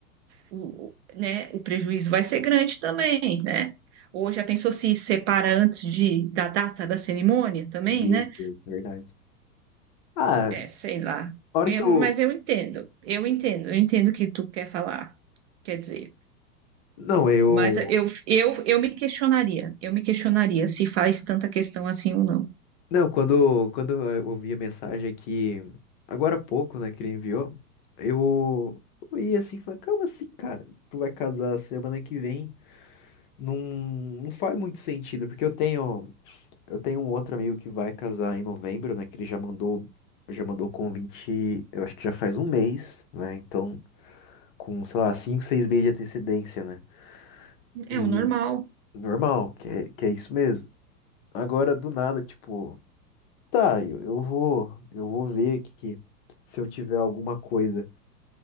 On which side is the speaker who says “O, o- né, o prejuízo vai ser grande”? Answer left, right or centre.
Right